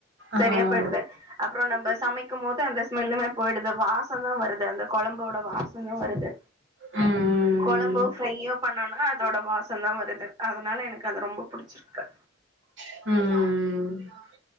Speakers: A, on the right; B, on the right.
A: சரியா
B: ஆ
A: போயிடுது அப்றோ நம்ம சமைக் க்கும் போது அந்த ஸ்மெல்லுமே போயிடுது வாசந்தா வருது அந்த கொழம்போட வாசந்தா வருது
B: ம்
A: கொழம்போ ஃப்ரையோ பண்ணோம்னா அதோட வாசம்தா வருது அதனால எனக்கு அது ரொம்ப புடிச்சிருக்கு
B: ம்